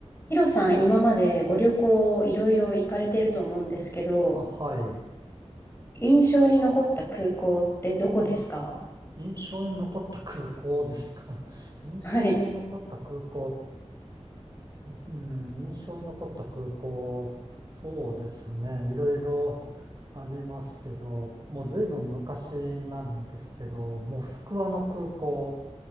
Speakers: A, on the left; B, on the right.
A: ヒロさん、今までご旅行いろいろ行かれてると思うんですけど、
B: あ、はい。
A: 印象に残った空港ってどこですか
B: 印象に残った空港ですか。<laughs> 印象に残った空港、
A: <laughs> はい。
B: うん、印象に残った空港、そうですね。いろいろありますけど、もう随分昔なんですけど、モスクワの空港